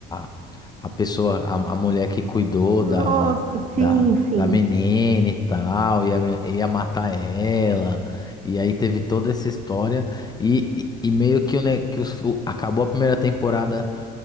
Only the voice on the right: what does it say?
Nossa,
sim,
sim.